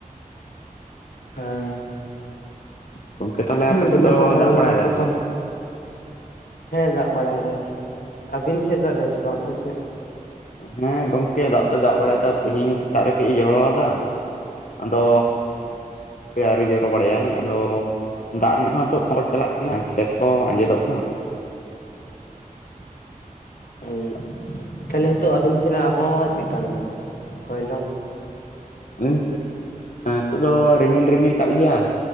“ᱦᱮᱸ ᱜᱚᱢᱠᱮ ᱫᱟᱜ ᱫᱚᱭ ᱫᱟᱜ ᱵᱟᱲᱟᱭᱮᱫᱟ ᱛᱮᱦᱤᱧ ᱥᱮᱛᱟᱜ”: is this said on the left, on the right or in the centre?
Left